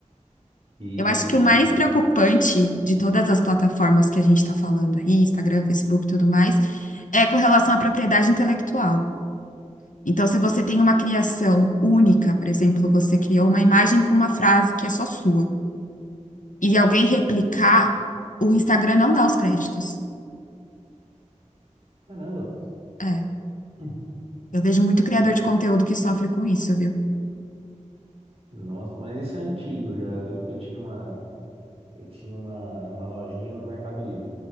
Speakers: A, on the right; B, on the left.
A: E.
B: Eu acho que o mais
A: e-
B: preocupante de todas as plataformas que a gente está falando aí, Instagram, Facebook e tudo mais, é com relação à propriedade intelectual. Então, se você tem uma criação única, por exemplo, você criou uma imagem com uma frase que é só sua. e alguém replicar, o Instagram não dá os créditos.
A: Caramba!
B: É,
A: Hum.
B: eu vejo muito criador
A: Ai,
B: de conteúdo que sofre com isso, viu?
A: nossa, mas isso é antigo já. Eu lembro que eu tinha uma. Eu tinha uma, uma lojinha no Mercado Livre.